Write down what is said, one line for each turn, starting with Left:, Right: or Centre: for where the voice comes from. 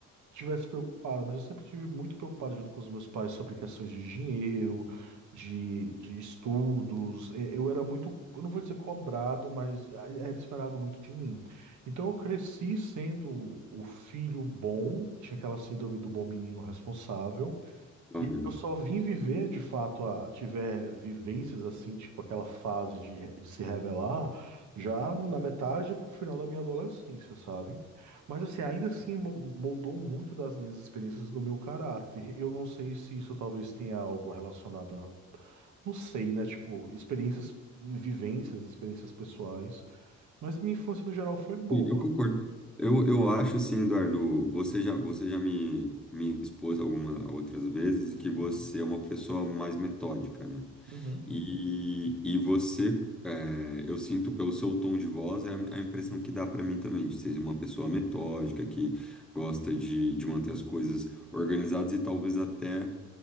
Right: tivesse preocupada, mas eu sempre tive muito preocupado junto com os meus pais sobre questões de dinheiro, de, de estudos. E- Eu era muito, eu não vou dizer cobrado, mas a- era esperado muito de mim. Então eu cresci sendo o filho bom, tinha aquela síndrome do bom menino responsável.
Centre: aham.
Right: E eu só vim viver, de fato, a tiver vivências assim, tipo aquela fase de, re- de se rebelar, já na metade pro final da minha adolescência, sabe? Mas assim, ainda assim mo- moldou muito das minhas experiências do meu caráter. Eu não sei se isso talvez tenha algo relacionado a, não sei, né? Tipo, experiências, vivências, experiências pessoais. Mas a minha infância no geral foi boa.
Centre: Sim, Eu concordo. Eu, eu acho assim, Eduardo, você já, você já me, me expôs algumas outras vezes que você
Right: Uhum.
Centre: é uma pessoa mais metódica, né?
Right: Uhum.
Centre: E, e você, é, eu sinto pelo seu tom de voz, é a a impressão que dá pra mim também, de ser uma pessoa metódica, que gosta de, de manter as coisas organizadas e talvez até,